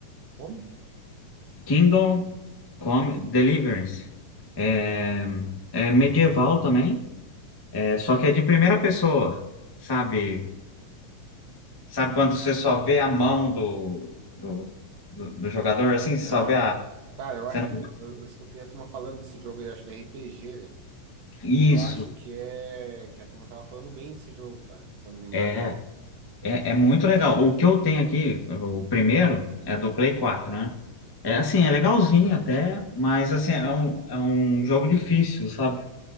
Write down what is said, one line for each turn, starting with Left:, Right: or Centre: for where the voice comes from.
Right: como?
Left: Kindle Come Deliverance. É, é medieval também, é, só que é de primeira pessoa, sabe? Sabe quando você só vê a mão do, do, do, do jogador, assim? Você
Right: Ah,
Left: só vê a...
Right: cara, eu
Left: você
Right: acho
Left: não-
Right: que eu, eu escutei a turma falando desse jogo aí, acho que é RPG, né?
Left: Isso,
Right: E eu acho que é que a turma tava falando bem desse jogo, cara, se eu não me engano.
Left: é. É, é muito legal. O que eu tenho aqui, o primeiro, é do Play 4, né? É assim, é legalzinho até, mas assim, é um, é um jogo difícil, sabe?